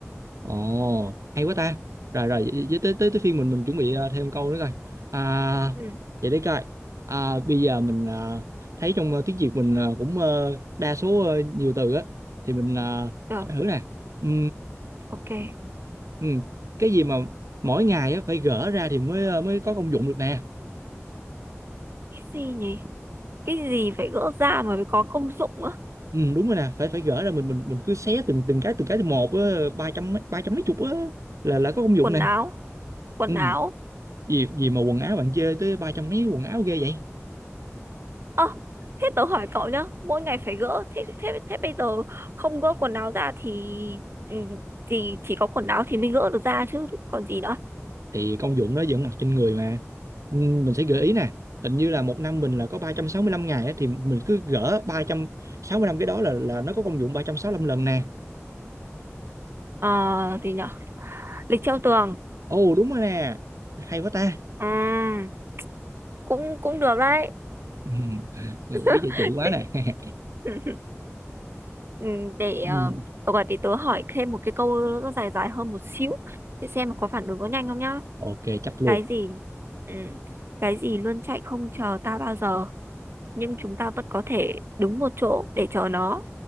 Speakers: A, on the right; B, on the right.
A: ồ hay quá ta rồi rồi với với- tới tới tới phiên mình mình chuẩn bị à, thêm câu nữa coi à
B: Ừ,
A: vậy để coi à, bây giờ mình à, thấy trong à, tiếng Việt mình à, cũng ờ, đa số ờ, nhiều từ á thì mình à,
B: được,
A: hỏi thử nè Ừ,
B: ok. Cái
A: ừ. cái gì mà mỗi ngày á phải gỡ ra thì mới ờ, mới có công dụng được nè
B: gì nhỉ? cái gì phải gỡ ra mà mới có công dụng á
A: ừ, đúng rồi nè phải phải gỡ ra mình mình mình cứ xé từng từng cái từng cái từng một á, ba trăm mấy- ba trăm mấy chục á là là có công dụng
B: quần
A: nè
B: áo quần
A: ừ.
B: áo
A: gì gì mà quần áo bạn chê tới ba trăm mấy quần áo ghê vậy
B: ơ thế tớ hỏi cậu nhá mỗi ngày phải gỡ thế thế thế bây giờ không gỡ quần áo ra thì ừ, thì chỉ có quần áo thì mới gỡ được ra chứ còn gì nữa
A: thì công dụng nó vẫn mặc trên người mà ừ, mình sẽ gợi ý nè hình như là một năm mình là có 365 ngày á, thì mình cứ gỡ ba trăm sáu mươi lăm cái đó là là nó có công dụng 365 lần nè
B: ờ thì nhở lịch treo tường
A: ồ đúng rồi nè hay quá ta
B: ừ, cũng cũng được đấy
A: ừ. <laughs>
B: <laughs>
A: biết chạy chữ quá
B: để
A: nè <laughs>
B: <laughs> ừ, để
A: ừ.
B: uh, gọi để tớ hỏi thêm một cái câu nó dài dài hơn một xíu để xem mà có phản ứng có nhanh không nhá
A: ok chấp luôn
B: cái gì ừ, cái gì luôn chạy không chờ ta bao giờ nhưng chúng ta vẫn có thể đứng một chỗ để chờ nó